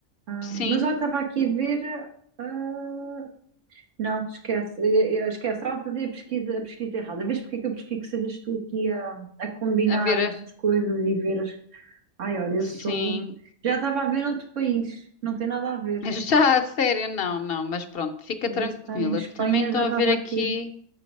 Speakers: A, on the right; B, on the left.
A: ah,
B: sim,
A: mas eu estava aqui a ver, ah, Não, esquece. Eu, eu esquece. Estava a fazer a pesquisa, a pesquisa errada. Vês porque é que eu prefiro que sejas tu aqui a, a combinar
B: a ver,
A: estas
B: eh,
A: coisas e ver as. Ai, olha, eu
B: sim.
A: sou. Já estava a ver noutro país. Não tem nada a ver.
B: <laughs> Já a sério, não, não, mas pronto, fica
A: Em
B: tranquila.
A: vez de estar em Espanha,
B: Também estou
A: já
B: a
A: estava
B: ver
A: aqui.
B: aqui.